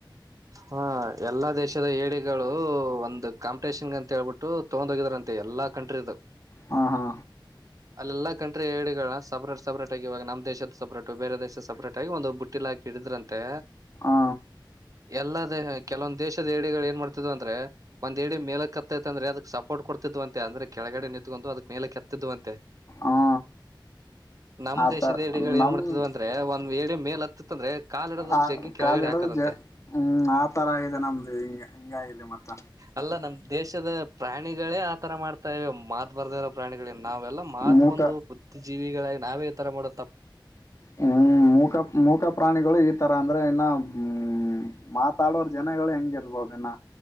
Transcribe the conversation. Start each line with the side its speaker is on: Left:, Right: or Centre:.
Right: ಹ ಎಲ್ಲಾ ದೇಶದ ಏಳಿಗಳು ಒಂದು ಕಾಂಪಿಟೇಷನ್ ಅಂತ ಹೇಳ್ಬಿಟ್ಟು ತಗೊಂಡೋಗಿದಾರಂತೆ ಎಲ್ಲಾ ಕಂಟ್ರಿದ
Left: ಹಾ ಹಾ
Right: ಅಲ್ಲೆಲ್ಲ ಕಂಟ್ರಿ ಹೇಳಿಗಳನ್ನ ಸಪ್ರೇಟ್ ಸಪ್ರೇಟ್ ಆಗಿ ಇವಾಗ ನಮ್ಮ ದೇಶದು ಸಪರೇಟ್ ಬೇರೆ ದೇಶದ ಸಪ್ರೇಟ್ ಆಗ ಒಂದು ಬಟ್ಟಿ ಹಾಕಿಡಿದ್ರಂತೆ
Left: ಹಾ
Right: ಎಲ್ಲಾ ದಹ ಕೆಲೊಂದ ದೇಶದಏಡಿ ಏನ್ ಮಾಡ್ತ್ ಅಂದ್ರ ಒ್ ಿಡಿ ಮೇಲೆಕ್ಕೆ ಕತ್ತತೈತೆ ಅಂದ್ರ ಅದಕ್ ಸೋರ್ಟ್ ಕೊಡ್ತಿದ್ವಂತೆ ಅಂದ್ರೆ ಕೆಳಗಡೆ ನಿಂತತ್ಕೊಂಡು ಅದಕ್ ಮೇಲೆಕ್ಕೆ ಕತ್ತಿದ್ವಂತೆ
Left: ಹಾ
Right: ನಮ
Left: ಆತ
Right: ದೇಶದ ಹಗಳು
Left: ನಮ್
Right: ಏನ್ ಮಾಡ್ತದ ಅಂದ್ರೆ ಒಂದ್ ಏ ಮೇಲತ್ತ ಅಂದ್ರೆ ದ್ರ ಕಾಲಿಡದ
Left: ಆ
Right: ಜಗ್ಗಿ ಕೆಳಗಡೆ
Left: ಕಾಲು ಹಿಡದು
Right: ಹಾಕದಂತೆ
Left: ಜ ಹ್ಮ್ ಆ ತರ ಇದೆ ನಮ್ದು ಹಿಂಗ ಹಿಂಗಾಗಿದೆ ಮತ್ತ
Right: ಅಲ್ಲ ನಮ ದೇಶದ ಪ್ರಾಣಿಗಳೇ ಆತರ ಮಾಡ್ತ ಸ ಮಾತ್ ಬರ್ದೇ ಇರೋ ಪ್ರಾಣಗಳಿಗೆ ನಾವೆಲ್ಲ ಮಾತಾ
Left: ಮೂಕ
Right: ಬಂದು ಬುದ್ಧಿಜೀವಿಗಳಾಗಿ ನಾವೇ ಈ ತರ ಮಾಡ
Left: ಹ್ಮ್ ಮೂಕ ಮೂಕ ಪ್ರಾಣಿಗಳು ಇ ತರ ಅಂದ್ರೆ ಇನ್ನು ಹ್ಮ ಮಾತಾಡೋರ್ ಜನಗಳು ಹೆಂಗಿರ್ಬೋದು ಇನ್ನು